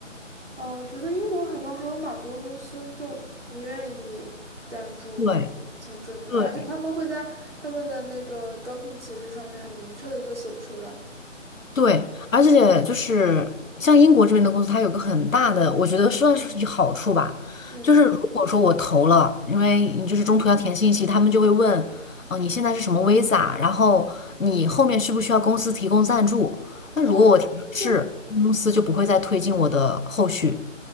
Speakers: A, on the right; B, on the left.
A: 哦，我觉得英国好像还有蛮多公司就不愿意赞助你签证的，
B: 对，对。
A: 他而且他们会在他们的那个招聘启事上面很明确的就写出来，
B: 对，而且就是像英国这边的公司，它有个很大的，我觉得算是有好处吧，
A: 嗯，
B: 就是如果说我投了，因为你就是中途要填信息，他们就会问，嗯、你现在是什么 visa，然后你后面需不需要公司提供赞助？那如果我填了是，
A: 哦，对，
B: 公司就不会再推进我的后续。